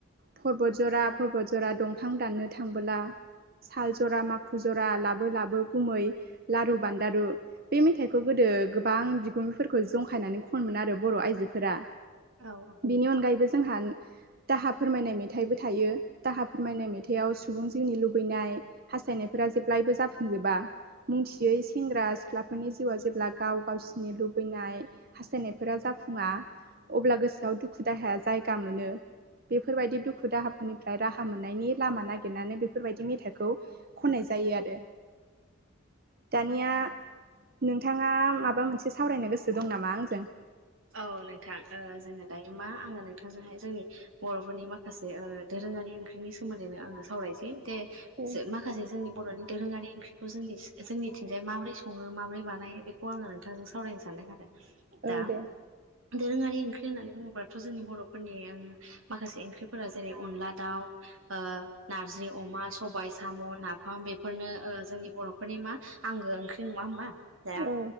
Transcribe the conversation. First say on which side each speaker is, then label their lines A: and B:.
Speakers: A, on the right; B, on the right.
A: फरबतझरा फरबतझरा दंफां दाननो थांबोला साल जरा माखु जरा लाबो लाबो गुमै लारु बान्दारु, बे मेथाइखौ गोदो दो गोबां बिगुमैफोरखौ जंखायनानै ख'नोमोन आरो बर' आइजोफोरा।
B: औ औ
A: बिनि अनगायैबो जोंहा दाहा फोरमायनाय मेथाइबो थायो। दाहा फोरमायनाय मेथाइआव सुबुं जिउनि लुबैनाय हास हास्थायनायफोरा जेब्लायबो जाफुंजोबा। मुथियै सेंग्रा सिख्लाफोरनि जिउआव जेब्ला गाव गावसिनि नि लुबैनाय हास्थायनायफोरा जाफुङा अब्ला गोसोआव दुखु दाहाया जायगा मोनो। बेफोरबायदि दुखु दाहाफोरनिफ्राय राहा मोननायनि लामा नागिरनानै बेफोरबायदि मेथाइखौ खननाय जा जायो आरो। दानिया नोंथाङा माबा मोनसे सावरायनो गोसो दं नामा आंजों?
B: औ नोंथां ओ जोङो दायो मा आङो नोंथांजोंहाय जोंनि बर'फोरनि माखासे ओ दो रोङारि ओंख्रिनि सोमोन्दैनो आङो सावरायसै। दे
A: ए
B: जो माखासे जोंनि बर'नि दोरोङारि ओंख्रिखौ जोंनि जोंनिथिंजाय माबोरै सङो माबोरै बानायो बेखौ आङो नोंथांजों सावरायनो सानदों आरो। दा
A: औ दे।
B: दोरोङारि ओंख्रि होननानै बुङोब्लाथ' जोंनि बर'फोरनि ओम माखासे ओंख्रिफोरा जेरै अनला दाउ, ओ नारजि अमा, सबाय, साम', नाफाम बेफोरनो ओ जोंनि बर'फोरनि मा, आंगो ओंख्रि नङा होमबा? दा
A: औ